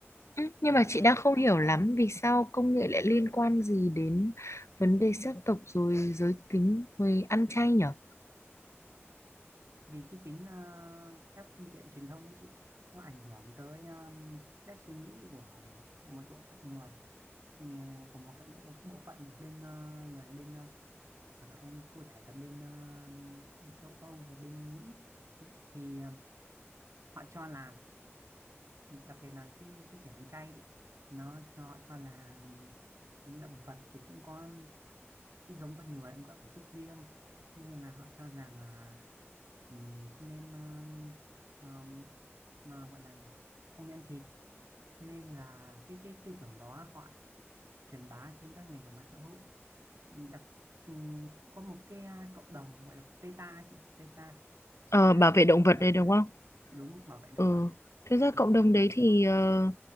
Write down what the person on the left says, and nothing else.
Ừ, nhưng
mà chị
đang không hiểu lắm vì sao công nghệ lại liên quan gì đến vấn đề sắc tộc rồi giới tính rồi ăn chay nhở
Ờ,
bảo
vệ
động
vật
đây đúng
không?
Ừ.
Thực ra cộng
đồng đấy thì ờ,